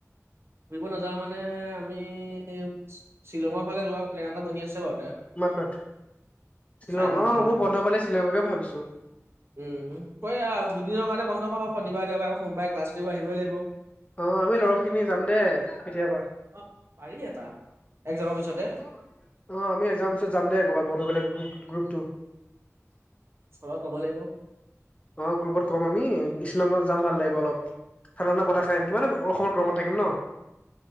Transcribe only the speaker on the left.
মাত মাত। শ্বিলং
অঁ
মোৰ বন্ধ পালে শ্বিলঙকে ভাবিছোঁ।
অ আমি ল'ৰাখিনি যাম দে কেতিয়াবা
অ আমি একজাম পিছত যাম দে কবাত বন্ধ পালে গ্ৰুপ
গ্ৰুপটো
অঁ গ্ৰুপত ক'ম আমি, শ্বিলঙত যাম ভাল লাগিব অলপ। ঠাণ্ডা - ঠাণ্ডা বতাহ খাই আহিম। কিমান আকৌ অসমৰ গৰমত থাকিম ন?